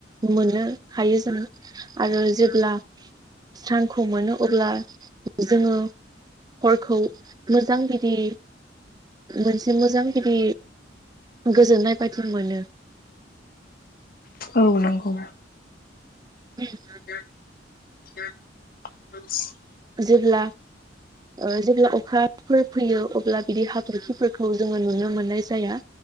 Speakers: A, on the right (about 20°); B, on the left (about 50°).
A: मोनो हायो जोङो आरो जेब्ला स्रांखौ मोनो अब्ला जोङो हरखौ मोजां बिदि मोनसे मोजां बिदि गोजोननाय बादि मोनो।
B: औ नंगौ।
A: <unintelligible>
B: <unintelligible>
A: जेब्ला ओ जेब्ला अखाफोर फैयो अब्ला बिदि हाथरखिफोरखौ जोङो नुनो मोननाय जाया।